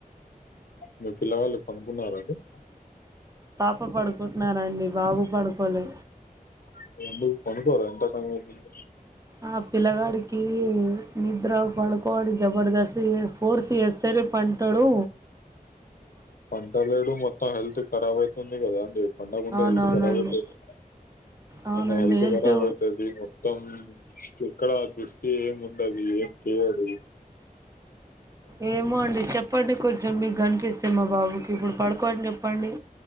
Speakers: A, on the left; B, on the right.
A: మీ పిల్లవాళ్ళు <unintelligible>
B: పాప పడుకుంటున్నారండి బాబు పడుకోలే
A: <unintelligible>
B: ఆ పిల్లగాడికి నిద్ర పడుకోడు జబర్దస్త్ ఫోర్స్ చేస్తేనే పంటడు
A: పంట లేడు మొత్తం హెల్త్ ఖరాబ్ అయితది కదా అండి పండకుంటే
B: అవునవునండి
A: హెల్త్ రాబ్ అయితుంది
B: అవునండి
A: అ హెల్థఖరాబ్
B: హెల్త్
A: అయితది మొత్తం ఇక్కడ దృష్టి ఎం ఉండదు ఏం చెయడు
B: ఏమో అండి చెప్ కొంచెం మీకు కనిపిస్తే మా బాబుకి ఇప్పుడు పడుకో అని చెప్పండి